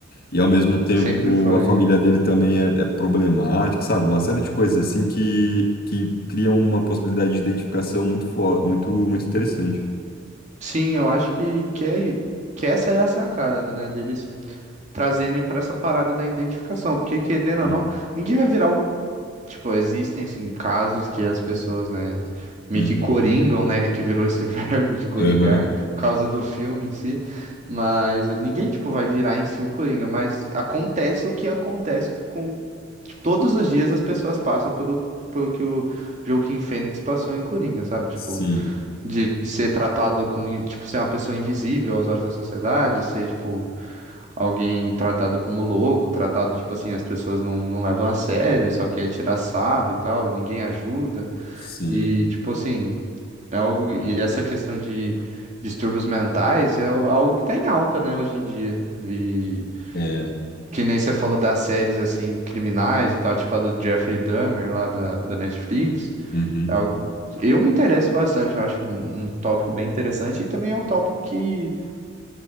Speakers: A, on the left; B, on the right.
A: e ao mesmo tempo
B: Sempre foi.
A: a família dele também é, é problemática, sabe? Uma série de coisas assim que, que criam uma possibilidade de identificação muito, fo- muito, muito interessante.
B: Sim, eu acho que, que, é, que essa é a sacada, né? Deles trazerem pra essa parada da identificação. Porque, querendo
A: Uhum.
B: ou não, ninguém vai virar o Tipo, existem, sim, casos que as pessoas, né, meio
A: Uhum.
B: que coringam, né, que virou esse <laughs> verbo de coringar
A: Aham,
B: por causa do filme em si, mas ninguém, tipo, vai virar em si o Coringa, mas acontece o que acontece com... Tipo, todos os dias as pessoas passam pelo, pelo que o Joaquin Phoenix passou em Coringa, sabe? Tipo,
A: Sim,
B: de ser tratado como, tipo, ser uma pessoa invisível aos olhos da sociedade, ser, tipo alguém tratado como louco, tratado, tipo assim, as pessoas não, não levam a sério, só quer tirar sarro e tal, ninguém ajuda.
A: sim,
B: E, tipo assim, é algo. E essa questão de distúrbios mentais é o- algo que tá em alta, né, hoje em dia. E
A: é,
B: que nem você falou das séries, assim, criminais e tal, tipo a do Jeffrey Dahmer lá da, da Netflix.
A: uhum,
B: É algo. Eu me interesso bastante, eu acho um um tópico bem interessante e também é um tópico que